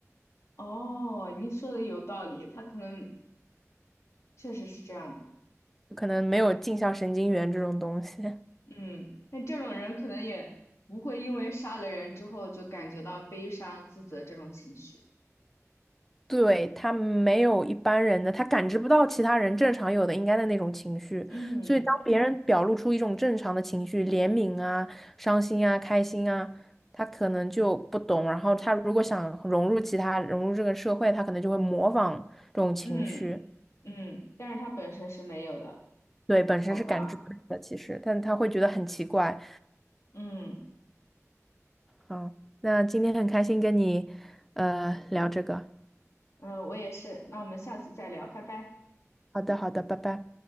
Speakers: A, on the left (about 60°); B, in the centre.
A: 哦，你说的有道理，他可能确实是这样的。
B: 就可能没有镜像神经元这种东西，
A: 嗯，那这种人可能也不会因为杀了人之后就感觉到悲伤、自责这种情绪。
B: <laughs> 对，他没有一般人的，他感知不到其他人正常有的应该的那种情绪，
A: 嗯
B: 所以当别人表露出一种正常的情绪，怜悯啊、伤心啊、开心啊，他可能就不懂，然后他如果想融入其他、融入这个社会，他可能就会模仿这种情绪，
A: 嗯嗯，但是他本身是没有的，
B: 对，本身是感知不到的，
A: 好吧？
B: 其实，但他会觉得很奇怪。
A: 嗯
B: 好，那今天很开心跟你呃聊这个，
A: 嗯，呃我也是。那我们下次再聊，拜拜。
B: 好的，好的，拜拜。